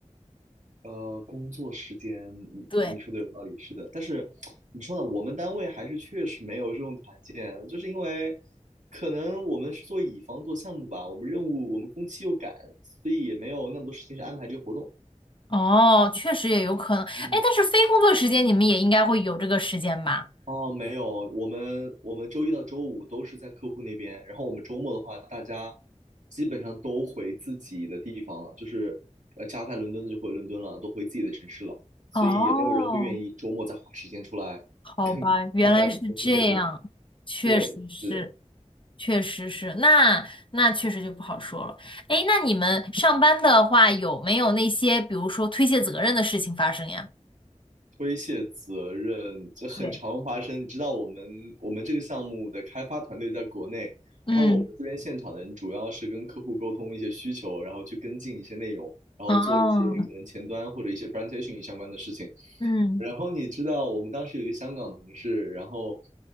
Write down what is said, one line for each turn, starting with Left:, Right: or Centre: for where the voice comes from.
Right: 呃，工作时间你你说的有道理，
Left: 对，
Right: 是的。但是怎么说呢，我们单位还是确实没有这种团建，就是因为可能我们是做乙方做项目吧，我们任务我们工期又赶，所以也没有那么多时间去安排这个活动。
Left: 哦，确实也有可能。哎，
Right: 嗯。
Left: 但是非工作时间你们也应该会有这个时间吧？
Right: 哦，没有，我们我们周一到周五都是在客户那边，然后我们周末的话，大家基本上都回自己的地方了，就是呃家在伦敦的就回伦敦了，都回自己的城市了，所以也没有人会愿意周末再花时间出来跟跟大公司见面。
Left: 哦，好吧，原来是这样，确实是，
Right: 对，是。
Left: 确实是，那那确实就不好说了。哎，那你们上班的话，有没有那些比如说推卸责任的事情发生呀？
Right: 推卸责任，这很常发生。
Left: 对，
Right: 你知道我们我们这个项目的开发团队在国内，
Left: 嗯，
Right: 然后我们这边现场的人主要是跟客户沟通一些需求，然后去跟进一些内容，然后做一些可能前端或者一些
Left: 哦，
Right: presentation 相关的事情。
Left: 嗯。
Right: 然后你知道我们当时有一个香港同事，然后